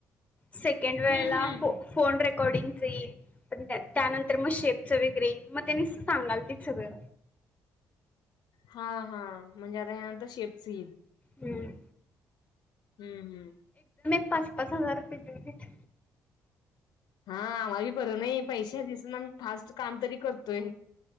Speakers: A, on the left; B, on the left.
A: सेकेंड वेळेला
B: हम्म हम्म
A: फो फोन रेक अकॉर्डिंग येईल, पण त्यानंतर मग शेपचं वगेरे येईल मग त्यानी सांगालतीत. सगळ
B: हा हा. म्हणजे आता यानंतर शेप च येईल.
A: हम्म.
B: हम्म हम्म.
A: पाच पाच हजार रुपये दिवू देत.
B: हा आमाला बी बर नाई. पैशे दिसून आमी फास्ट काम तरी करतोय,